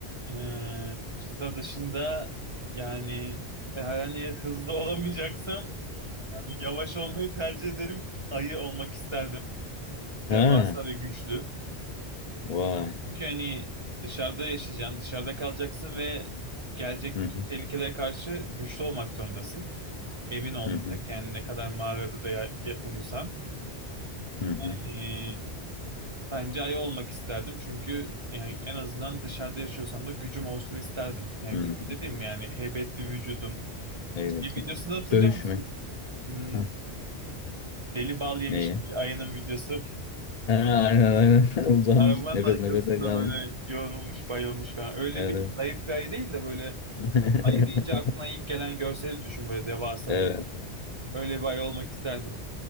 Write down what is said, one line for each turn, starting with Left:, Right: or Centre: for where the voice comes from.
Right: Ee, çıta dışında yani eğer hani hızlı <laughs> olamayacaksam yani yavaş olmayı tercih ederim. Ayı olmak isterdim. Devasa
Left: Ha,
Right: ve güçlü.
Left: vay.
Right: Çünkü hani dışarıda yaşayacaksın, dışarıda kalacaksın ve gelecek
Left: Hı
Right: bütün
Left: hı,
Right: tehlikelere karşı güçlü olmak zorundasın. Evin olmayacak.
Left: hı hı,
Right: Yani ne kadar mağarada da ya- ya- uyusan.
Left: hı
Right: Yani
Left: hı.
Right: bence ayı olmak isterdim. Çünkü yani en azından dışarıda yaşıyorsam da gücüm olsun isterdim. Yani
Left: Hı-hı.
Right: gücüm dediğim yani heybetli vücudum.
Left: Evet.
Right: Şey videosunu hatırlıyor
Left: Dövüşmek.
Right: musun? Hmm,
Left: Hı.
Right: Deli bal yemiş
Left: Neye?
Right: ayının videosu.
Left: Ha, aynen aynen.
Right: <laughs>
Left: <laughs> Uzanmış.
Right: Arabanın
Left: Nefes
Right: arkasında
Left: nefese kalmış.
Right: böyle yorulmuş, bayılmış falan. Öyle
Left: Evet.
Right: bir zayıf bir ayı değil de böyle
Left: <laughs>
Right: ayı deyince aklına ilk gelen görseli düşün böyle devasa
Left: Evet.
Right: bir şey. Öyle bir ayı olmak isterdim.